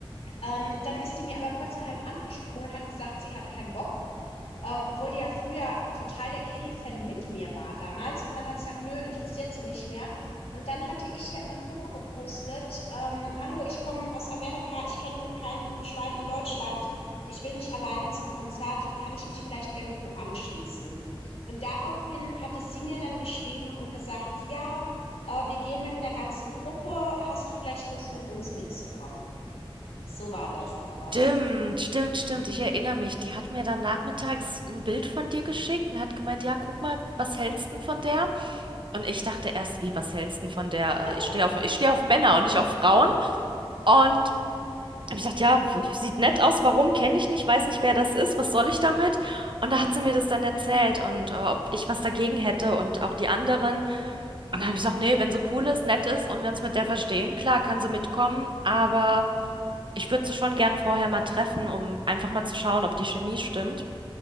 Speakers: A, on the left (about 80°); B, on the right (about 55°).
A: Ähm, dann ist die mir aber kurzerhand angesprungen und hat gesagt, sie hat keinen Bock. Ähm, obwohl die ja früher total der Kelly-Fan mit mir war damals. Und dann hat sie gesagt, nö, interessiert sie nicht mehr. Und dann hatte ich ja in der Gruppe gepostet, ähm, hallo, ich komme aus Amerika, ich kenne kein Schwein in Deutschland, ich will nicht alleine zum Konzert, kann ich mich vielleicht irgendwo anschließen? Und daraufhin hatte sie mir dann geschrieben und gesagt, ja, äh, wir gehen mit einer ganzen Gruppe, hast du vielleicht Lust, mit uns mitzukommen? So war das damals.
B: Stimmt, stimmt, stimmt. Ich erinnere mich. Die hat mir dann nachmittags ein Bild von dir geschickt und hat gemeint, ja, guck mal, was hältst du von der? Und ich dachte erst, wie, was hältst du denn von der,
A: <laughs>
B: äh, ich stehe auf, ich stehe auf Männer und nicht auf Frauen. Und habe ich gedacht, ja, w- sieht nett aus, warum kenne ich nicht, weiß nicht, wer das ist, was soll ich damit? Und da hat sie mir das dann erzählt und äh, ob ich was dagegen hätte und auch die anderen. Und dann habe ich gesagt, nee, wenn sie cool ist, nett ist und wir uns mit der verstehen, klar, kann sie mitkommen, aber ich würde sie schon gern vorher mal treffen, um einfach mal zu schauen, ob die Chemie stimmt.